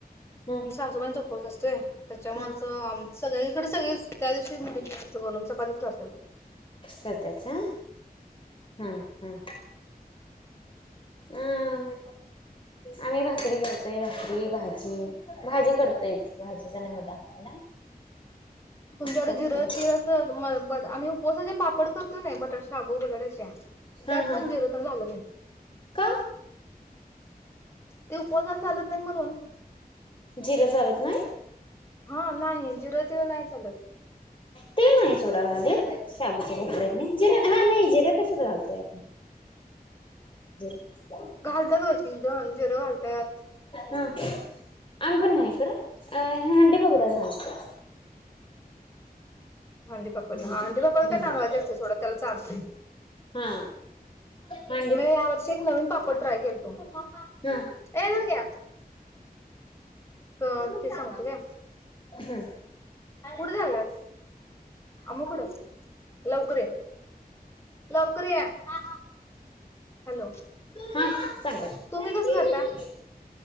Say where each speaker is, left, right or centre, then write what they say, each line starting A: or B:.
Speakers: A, on the left; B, on the left.
A: हम्म
B: सासूबाई चोपत असते त्याच्यामुळेच
A: हा
B: आम सगळ्या इकडे सगळे त्या दिवशी नाहीन चपाती खातात
A: करत्यात का? हा हा. अं आम्ही भाकरी करतोय भाकरी भाजी भाजी करतोय भाजीचा निवद दाखवायला.
B: तुमच्याकडे
A: असं करतो
B: जिर तिळ अस आम्ही उपसा पापड करतो ना बटाट शाबू बटाटाच्या
A: हा
B: त्यात
A: हा
B: पण जिर तेन घालत नाही.
A: का
B: ते उपवासाायला चालत नाहीत म्हणून.
A: जिर चालत नाही.
B: हा नाही जिरो तील नाही चालत.
A: तिळ नाही सोडा घालीत. शाबूच्या पापडातनी जिर हा नाही जिर कशा घालतो. <unintelligible>
B: घालतात हो एकजण जीरे घालत्यात.
A: हा आम्ही पण नाही खर? हंडी पापड्यात घालततोय.
B: हंडीपापड
A: जिरं
B: हा हंडीपापड काय तांदळाचे असत य सोडा त्याला चालतय
A: हा हंडी
B: मी यावर्षी एक नवीन पापड ट्राय केलाय. हो.
A: हा
B: ये हंग्या. अ ते सांगते काय?
A: हा.
B: कुठे चालास? आमु कड लवकर ये लवकर ये हॅलो.
A: हा. सांगा की.
B: तुम्ही कसं करता?